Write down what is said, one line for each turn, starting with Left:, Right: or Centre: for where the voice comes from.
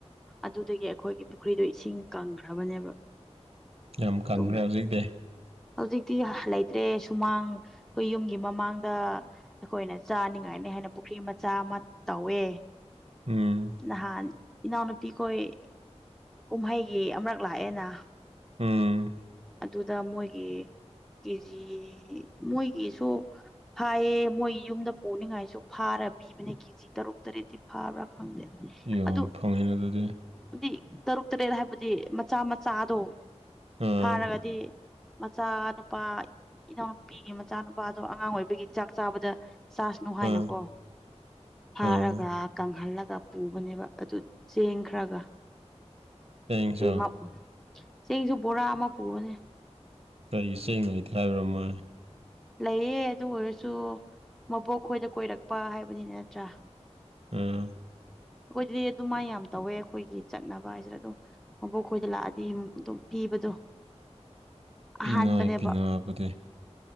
Centre: ꯑꯗꯨꯗꯒꯤ ꯑꯩꯈꯣꯏꯒꯤ ꯄꯨꯈ꯭ꯔꯤꯗꯣ ꯏꯁꯤꯡ ꯀꯪꯈ꯭ꯔꯕꯅꯦꯕ
Right: ꯌꯥꯝ ꯀꯪꯈ꯭ꯔꯦ
Centre: ꯑꯗꯨꯝ
Right: ꯍꯧꯖꯤꯛꯇꯤ
Centre: ꯍꯧꯖꯤꯛꯇꯤ ꯂꯩꯇ꯭ꯔꯦ ꯁꯨꯃꯥꯡ ꯑꯩꯈꯣꯏ ꯌꯨꯝ ꯒꯤ ꯃꯃꯥꯡꯗ ꯑꯩꯈꯣꯏꯅ ꯆꯥꯅꯤꯡꯉꯥꯏꯅꯤ ꯍꯥꯏꯅ ꯄꯨꯈ꯭ꯔꯤ ꯃꯆꯥ ꯑꯃ ꯇꯧꯋꯦ
Right: ꯎꯝ
Centre: ꯅꯍꯥꯟ ꯏꯅꯥꯎꯅꯨꯄꯤꯈꯣꯏ ꯀꯨꯝꯍꯩꯒꯤ ꯑꯃꯔꯛ ꯂꯥꯛꯑꯦꯅ
Right: ꯎꯝ
Centre: ꯑꯗꯨꯗ ꯃꯣꯏꯒꯤ ꯀꯦꯖꯤ ꯃꯣꯏꯒꯤꯁꯨ ꯐꯥꯏꯌꯦ ꯃꯣꯏ ꯌꯨꯝꯗ ꯄꯨꯅꯤꯡꯉꯥꯏꯁꯨ ꯐꯥꯔ ꯄꯤꯕꯅꯦ ꯆꯤ ꯇꯔꯨꯛ ꯇꯔꯦꯠꯇꯤ ꯐꯥꯕ꯭ꯔꯥ ꯈꯪꯗꯦ
Right: ꯌꯥꯝ
Centre: ꯑꯗꯨ
Right: ꯐꯪꯉꯤꯅ ꯑꯗꯨꯗꯤ
Centre: ꯑꯗꯤ ꯇꯔꯨꯛ ꯇꯔꯦꯠ ꯍꯥꯏꯕꯗꯤ ꯃꯆꯥ ꯃꯆꯥꯗꯣ
Right: ꯑꯥ
Centre: ꯐꯥꯔꯒꯗꯤ ꯃꯆꯥ ꯅꯨꯄꯥ ꯏꯅꯥꯎꯅꯨꯄꯤꯒꯤ ꯃꯆꯥꯅꯨꯄꯥꯗꯣ ꯑꯉꯥꯡ ꯑꯣꯏꯕꯒꯤ ꯆꯥꯛ ꯆꯥꯕꯗ ꯆꯥꯁꯅꯨ ꯍꯥꯏꯅꯀꯣ
Right: ꯑꯥ
Centre: ꯐꯥꯔꯒ
Right: ꯑꯥ
Centre: ꯀꯪꯍꯜꯂꯒ ꯄꯨꯕꯅꯦꯕ ꯑꯗꯨ ꯆꯦꯡ ꯈꯔꯒ
Right: ꯆꯦꯡꯁꯨ
Centre: ꯑꯦꯃꯞ ꯆꯦꯡꯁꯨ ꯕꯣꯔꯥ ꯑꯃ ꯄꯨꯕꯅꯦ
Right: ꯀꯔꯤ ꯆꯦꯡ ꯂꯩꯇꯦ ꯍꯥꯏꯕ꯭ꯔꯣ ꯃꯣꯏ
Centre: ꯂꯩꯌꯦ ꯑꯗꯨ ꯑꯣꯏꯔꯁꯨ ꯃꯕꯣꯛ ꯈꯣꯏꯗ ꯀꯣꯏꯔꯛꯄ ꯍꯥꯏꯕꯅꯤꯅ ꯅꯠꯇ꯭ꯔꯥ
Right: ꯎꯝ
Centre: ꯑꯩꯈꯣꯏꯗꯗꯤ ꯑꯗꯨꯃꯥꯏ ꯌꯥꯝ ꯇꯧꯋꯦ ꯑꯩꯈꯣꯏꯒꯤ ꯆꯠꯅꯕ ꯍꯥꯏꯁꯤꯔ ꯑꯗꯨꯝ ꯃꯕꯣꯛꯈꯣꯏꯗ ꯂꯥꯛꯑꯗꯤ ꯑꯗꯨꯝ ꯄꯤꯕꯗꯣ
Right: ꯄꯤꯅꯩ
Centre: ꯑꯍꯥꯟꯕꯅꯦꯕ
Right: ꯄꯤꯅꯕꯗꯤ